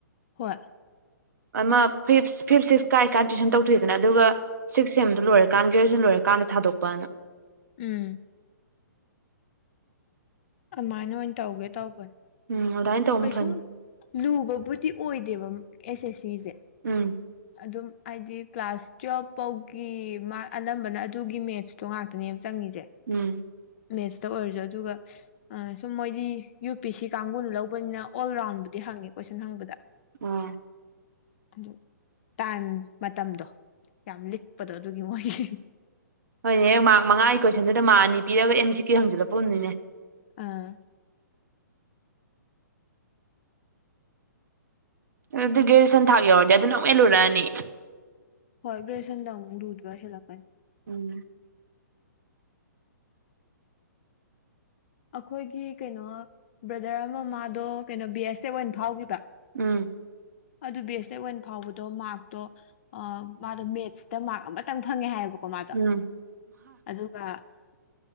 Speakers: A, on the left; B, on the right.
A: ꯍꯣꯏ
B: ꯑꯃꯥ ꯐꯤꯞ ꯁꯤꯛꯁ ꯀꯥꯔꯤꯀꯥꯟꯗ ꯇꯨꯋꯏꯁꯟ ꯇꯧꯊꯣꯛꯑꯦꯗꯅ ꯑꯗꯨꯒ ꯁꯤꯛ ꯁꯦꯝꯗꯣ ꯂꯣꯏꯔꯀꯥꯟ ꯒ꯭ꯔꯦꯖ꯭ꯋꯦꯁꯟ ꯂꯣꯏꯔꯀꯥꯟꯗ ꯊꯥꯗꯣꯛꯄꯅ
A: ꯎꯝ ꯑꯃꯥꯏꯅ ꯑꯣꯏꯅ ꯇꯧꯒꯦ ꯇꯧꯕꯅꯦ
B: ꯎꯝ ꯑꯗꯥꯏꯅ ꯇꯧꯕꯅ
A: ꯀꯩꯁꯨꯝ
B: ꯐꯅꯤ
A: ꯂꯨꯕꯕꯨꯗꯤ ꯑꯣꯏꯗꯦꯕ ꯑꯦꯁ ꯑꯦꯁ ꯁꯤꯖꯦ
B: ꯎꯝ
A: ꯑꯗꯨꯝ ꯍꯥꯏꯗꯤ ꯀ꯭ꯂꯥꯁ ꯇꯨꯋꯦꯜꯐ ꯐꯥꯎꯒꯤ ꯃꯥꯔ ꯑꯅꯝꯕꯅ ꯑꯗꯨꯒꯤ ꯃꯦꯠꯁ ꯇꯣ ꯉꯥꯛꯇꯅꯦꯕ ꯆꯪꯉꯤꯖꯦ
B: ꯎꯝ
A: ꯃꯦꯠꯁꯇ ꯑꯣꯏꯔꯖꯨ ꯑꯗꯨꯒ ꯑ ꯁꯨꯝ ꯃꯣꯏꯗꯤ ꯌꯨ ꯄꯤ ꯁꯤ ꯀꯥꯡꯕꯨꯅ ꯂꯧꯕꯅꯤꯅ ꯑꯣꯜ ꯔꯥꯎꯟꯕꯨꯗꯤ ꯍꯪꯉꯦ ꯀꯣꯏꯁꯟ ꯍꯪꯕꯗ
B: ꯎꯝ
A: ꯑꯗꯨ ꯇꯥꯏꯝ ꯃꯇꯝꯗꯣ ꯌꯥꯝ ꯂꯤꯛꯄꯗꯣ ꯑꯗꯨ <unintelligible>
B: ꯍꯣꯏꯅꯦꯍꯦ ꯃꯥꯔꯛ ꯃꯉꯥꯒꯤ ꯀꯣꯏꯁꯟꯗꯨꯗ ꯃꯥ ꯑꯅꯤ ꯄꯤꯔꯒ ꯑꯦꯝ ꯁꯤ ꯀ꯭ꯌꯨ ꯍꯪꯖꯤꯜꯂꯛꯄ ꯒꯨꯝꯅꯤꯅꯦ
A: ꯑꯥ
B: ꯑꯗꯨ ꯒ꯭ꯔꯦꯁꯟ ꯊꯥꯛ ꯌꯧꯔꯗꯤ ꯑꯗꯨꯅ ꯑꯃꯛ ꯍꯦꯜꯂꯨꯔꯛꯑꯅꯤ
A: ꯍꯣꯏ ꯒ꯭ꯔꯦꯁꯟꯗ ꯑꯃꯨꯛ ꯂꯨꯗꯣꯏ ꯍꯦꯜꯂꯛꯀꯅꯤ
B: ꯎꯝ
A: ꯑꯈꯣꯏꯒꯤ ꯀꯩꯅꯣ ꯕ꯭ꯔꯗꯔ ꯑꯃ ꯃꯥꯗꯣ ꯀꯩꯅꯣ ꯕꯤ ꯑꯦꯁ ꯑꯦꯐ ꯑꯣꯏꯅ ꯐꯥꯎꯒꯤꯕ
B: ꯎꯝ
A: ꯑꯗꯨ ꯕꯤ ꯑꯦꯁ ꯑꯦꯞ ꯑꯣꯏꯅ ꯐꯥꯎꯕꯗꯣ ꯃꯥꯔꯛꯇꯣ ꯑ ꯃꯥꯗꯣ ꯃꯦꯠꯁꯇ ꯃꯥꯔꯛ ꯑꯃꯇꯪ ꯐꯪꯉꯦ ꯍꯥꯏꯌꯦꯕ ꯀꯣꯃꯥꯗꯣ
B: ꯎꯝ
A: ꯑꯗꯨꯒ